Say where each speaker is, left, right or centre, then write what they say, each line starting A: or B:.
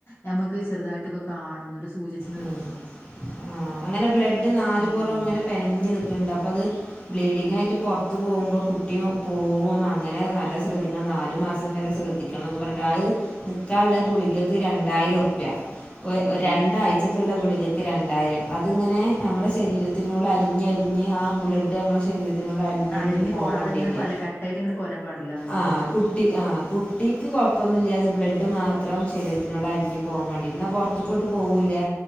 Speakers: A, on the left; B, on the left.
A: ഞമ്മക്ക് ചെറുതായിട്ടൊക്കെ കാണും ന്ന്ട്ട് സൂചിച്ച
B: മ് ആ അങ്ങനെ ബ്ലഡ് നാലപൊറം
A: ഉം
B: ഇങ്ങനെ പെനഞ്ഞ് നിക്ണ്ട് അപ്പൊ അത് ബ്ലീഡിങ് ആയിറ്റ് പൊർത്ത് പോമ്പോ കുട്ട്യഉ പോവുമ്പോ അങ്ങനെ നല്ല ശ്രദ്ധിക്ക നാലു മാസം വരെ ശ്രദ്ധി ക്കെ ന്നൊക്കെ പർണ് ട്ട് അഹ് നിക്കാള്ള ഗുളിക്ക് രണ്ടായിരം ഉറപ്യ ഒര്
A: അയ്യോ
B: ഒരണ്ടാഴ ചക്ക്ള്ള ഗുളികക്ക് രണ്ടായിരം അത്ങ്ങനെ ഞമ്മളെ ശരീരത്തിനോട് അലിഞ്ഞലിഞ്ഞ് ആ ബ്ലഡ്മ്മളെ ശരീര തിനോട് അലിഞ്ഞലിഞ്ഞ്
A: അലിഞ്ഞു
B: പോമാണ്ടിറ്റെ
A: പോണം അതങ്ങനെ അല്ല കട്ടായിട്ട് ഇങ്ങട് പോരാൻ പാടില്ല എന്നുള്ളതേക്കാരം
B: ആഹ് കു കുട്ടി ആ കുട്ടിക്ക് കൊഴപ്പമൊന്നുല്ലാതി ബ്ലഡ് മാത്രം ശരീരത്തിനോട് അലിഞ്ഞു പോ വേണ്ടി ന്ന പൊർ ത്ത്ക്കോട്ട് പോവൂല്ല്യ